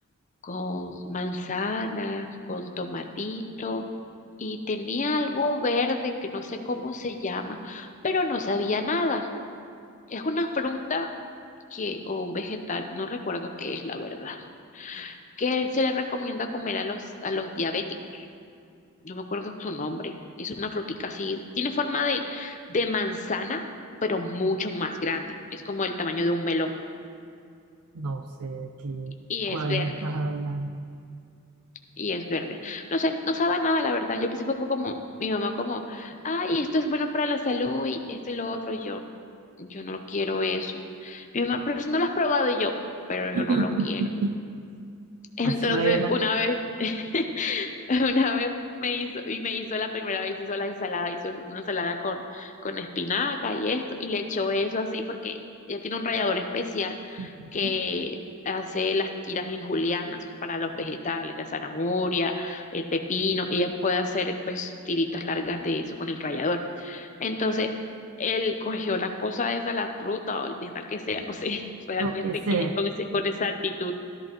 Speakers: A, on the left (about 35°); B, on the right (about 75°).
A: con manzana, con tomatito, y tenía algo verde que no sé cómo se llama, pero no sabía nada. Es una fruta que, o un vegetal, no recuerdo qué es la verdad, que se le recomienda comer a los, a los diabéticos. no me acuerdo su nombre, es una frutica así, tiene forma de, de manzana, pero mucho más grande, es como el tamaño de un melón
B: No sé de qué,
A: y
B: cuál
A: es verde,
B: me estás hablando.
A: y es verde. No sé, no sabe a nada, la verdad. Yo al principio fue como, mi mamá como, ay, esto es bueno para la salud y esto y lo otro, y yo, yo no quiero eso. Mi mamá, pero si no lo has probado, y yo, pero
B: <laughs>
A: yo no lo quiero. <laughs> Entonces,
B: La suegra,
A: una vez <laughs> <laughs> Una vez me hizo, y me hizo la primera vez, hizo la ensalada, hizo una ensalada con, con espinaca y esto, y le echó eso así porque ella tiene un rallador especial
B: ujú,
A: que hace las tiras en julianas para los vegetales, la zanahoria, el pepino, ella puede hacer pues tiritas largas de eso con el rallador. Entonces, él cogió la cosa esa, la fruta o el vegetal que sea, no sé <laughs> realmente
B: lo que sea.
A: qué es con ese, con esa actitud,